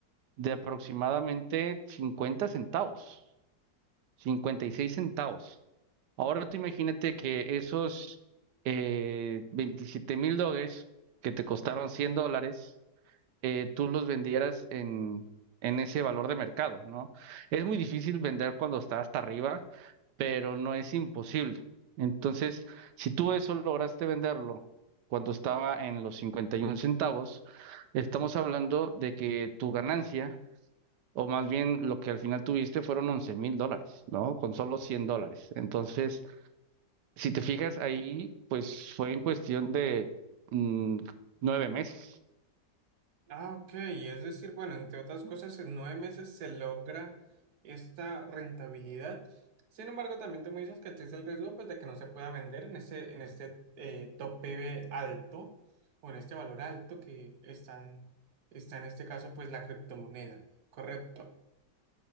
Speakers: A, on the right; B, on the right.
A: de aproximadamente 50 centavos, 56 centavos. Ahora tú imagínate que esos eh, 27 mil dólares que te costaron 100 dólares, eh, tú los vendieras en, en ese valor de mercado, ¿no? Es muy difícil vender cuando está hasta arriba, pero no es imposible. Entonces, si tú eso lograste venderlo cuando estaba en los 51 centavos, estamos hablando de que tu ganancia, o más bien lo que al final tuviste, fueron 11 mil dólares, ¿no? Con solo 100 dólares. Entonces, si te fijas ahí, pues fue en cuestión de mm, nueve meses.
B: Ah, ok. Es decir, bueno, entre otras cosas, en nueve meses se logra esta rentabilidad. Sin embargo, también tú me dices que existe el riesgo pues, de que no se pueda vender en ese, en este eh, tope alto o en este valor alto que están, está en este caso, pues la criptomoneda. Correcto.